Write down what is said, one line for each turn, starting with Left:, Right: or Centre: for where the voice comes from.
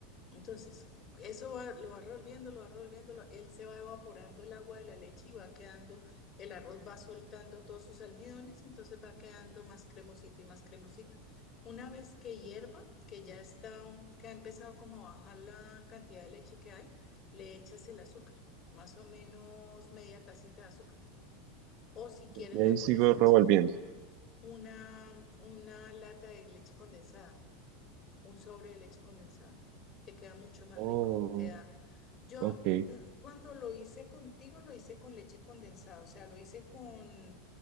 Left: Entonces, eso va- lo va revolviendo, lo va revolviendo, lo- él se va evaporando el agua de la leche y va quedando, el arroz va soltando todos sus almidones, entonces va quedando más cremosito y más cremosito. Una vez que hierva, que ya está, un- que ha empezado como a bajar la cantidad de leche que hay, le echas el azúcar, más o menos media tacita de azúcar. O si quieres,
Right: Y
Left: le
Right: ahí
Left: puedes
Right: sigo
Left: echar
Right: revolviendo.
Left: una, una lata de leche condensada un sobre de leche condensada. Te queda mucho más
Right: Oh,
Left: rico, te da... Yo
Right: ok.
Left: mm, cuando lo hice contigo, lo hice con leche condensada, o sea, lo hice con,